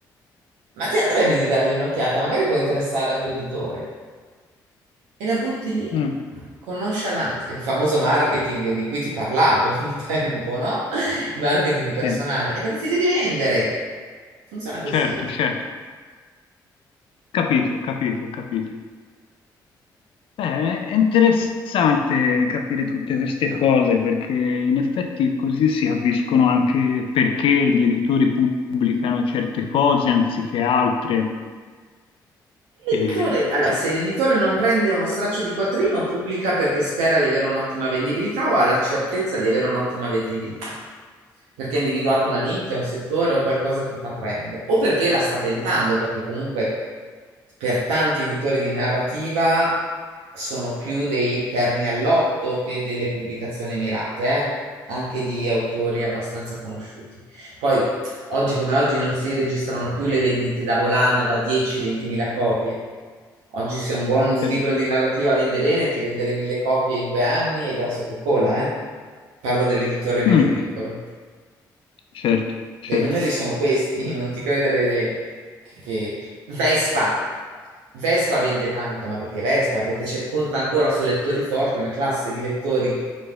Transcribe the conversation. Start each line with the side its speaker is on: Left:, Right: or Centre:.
Right: Ma ti andrebbe di dargli un'occhiata? Magari può interessare al tuo editore e la butti lì
Left: Mm,
Right: con nonchalance. Il famoso marketing di cui ti parlavo un <laughs> tempo, no? Il marketing
Left: sì.
Right: personale. È perché ti devi vendere. Funziona così.
Left: Certo, certo, capito, capito, capito. Beh, è interessante capire tutte queste cose perché in effetti così si capiscono anche perché gli editori pubblicano certe cose anziché altre.
Right: L'editore-
Left: E
Right: Allora,
Left: sì,
Right: se l'editore non prende uno straccio di quattrino, pubblica perché spera di avere un'ottima vendibilità o ha la certezza di avere un'ottima vendibilità, perché ha individuato una nicchia, un settore, un qualcosa che fa trend, o perché la sta tentando, perché comunque per tanti editori di narrativa sono più dei terni all'otto che delle pubblicazioni mirate, eh, Anche di autori abbastanza conosciuti. Poi Oggi come oggi non si registrano più le vendite da volano da 10-20 mila copie. Oggi se un buon libro
Left: certo.
Right: di narrativa vende bene, ti vende le mille copie in due anni e grasso che cola, eh? Parlo dell'editore medio-piccolo.
Left: Mm, certo, certo,
Right: Cioè i numeri sono questi, <laughs> non ti credere che... che- Vespa! Vespa vende tanto, ma perché Vespa? Perché c'è, conta ancora su lettori forti una classe di lettori